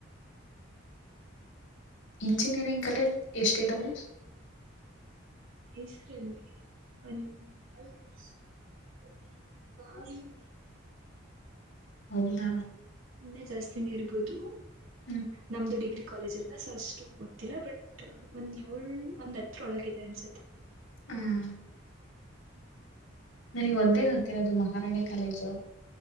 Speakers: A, on the left (about 65°); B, on the right (about 80°).
A: ಇಂಜಿನಿಯರಿಂಗ್ ಕಾಲೇಜ್ ಎಷ್ಟಿದಾವೆ,
B: ಮೈಸುರಲ್ಲಿ ಒನ್ <unintelligible> <unintelligible>
A: ಹೌದಾ
B: ಇನ್ನ ಜಾಸ್ತಿನೇ ಇರ್ಬೋದು
A: ಹ್ಮ್
B: ನಮ್ದು ಡಿಗ್ರಿ ಕಾಲೇಜ್ ಅಲ್ವಾ ಸೊ ಅಷ್ಟು ಗೊತ್ತಿಲ್ಲ ಬಟ್ ಒಂದ್ ಏಳ್ ಒಂದ್ ಹತ್ರ್ ಒಳಗಿದೆ ಅನ್ಸತ್ತೆ.
A: ಹ್ಮ್
B: ಹ್ಮ್
A: ನನಿಗ್ ಒಂದೇ ಗೊತ್ತಿರೋದು ಮಹಾರಾಣಿ ಕಾಲೇಜು.